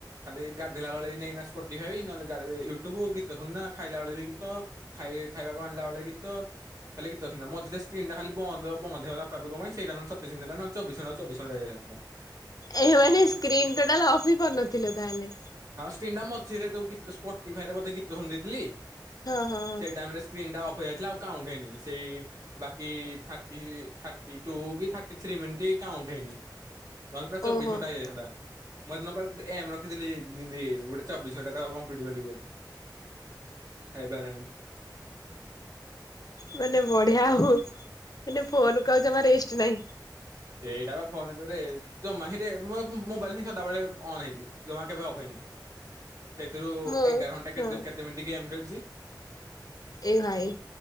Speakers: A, on the right; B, on the left.
A: ଖାଲି ଗାଧେଇଲା ବେଳେ ବି ନେଇନା ସ୍ପଟି ଫାଇ ନହେଲେ ୟୁଟ୍ୟୁବ ଗୀତ ଶୁଣନା ଖାଇଲାବେଳେ ବି ଗୀତ ଖାଇବାକୁ ଆଣିଲା ବେଳେ ଗୀତ ଖାଲି ଗୀତ ଶୁଣିଲା ମଝି ତେ ସସ୍କ୍ରିନ ଟା ଖାଲି ବନ୍ଦ୍ ବନ୍ଦ୍ ହେଏଗଲା <unintelligible> ପାଇଁ ସେଟା ନହେଲେ ସତେଶ ମିନିଟ ପାଇଁ ନହେଲେ ଚବିଶ ଘଣ୍ଟା କୁ ଚବିଶ ଘଣ୍ଟା ଯାଇଥାନ୍ତା।
B: ଏ ମାନେ ସ୍କ୍ରିନ୍ ଟୋଟାଲ ଅଫ୍ ହି କରିନଥିଲେ। ତାହଲେ।
A: ତିଣ୍ଡା ମଝିରେ ଯୋ ଗୀତ ସ୍ପଟିଫଏ ରେ ବୋଧେ ଗୀତ ଶୁଣି ଦେଇଥିଲି।
B: ହଁ ହଁ ହଁ
A: ସେଇ ଟାଇମ ରେ ସ୍କ୍ରିନ୍ ଟା ଅ ଯାଇଥିଲା ଆଉ କାଉଣ୍ଟ ହେଇନି ସେଇ ବାକି ଥାଟି ଥାଟି ଟୁ କି ଥାଟି ଥ୍ରୀ ମିନିଟ କାଉଣ୍ଟ ହେଇନି। ନହେଲେ ପ୍ରାୟ ଚବିଶ
B: ଓହୋ।
A: ଘଣ୍ଟା ହେଇଯାଇଥାନ୍ତା। <unintelligible> ଏମ ରଖିଥିଲି। ଗୋଟେ ଚବିଶ ଘଣ୍ଟା ତ କମ୍ପ୍ଲିଟ କରିବି ବୋଲି। ହେଇପାରିଲାନି।
B: ମାନେ ବଢିଆ ଆଉ। ମାନେ ଫୋନକୁ ଆଉ ଜମା ରେଷ୍ଟ ନହିଁ।
A: ସେଇଟା ବା ଫୋନ ଭିତରେ ଜମା ହିଁରେ ମୋବାଇଲ ହିଁ ସଦାବେେଳେ ଅନ୍ ହେଇଛି ଜମା କେବେ ଅଫ୍ ହେଇନି। ସେଥିରୁ
B: ମୁଁ
A: ଏଗାର ଘଣ୍ଟା କେ
B: ହଁ
A: କେତେ ମିନିଟ୍ ଗେମ୍ ଖେଳି। ଯି।
B: ଏ ଭାଇ।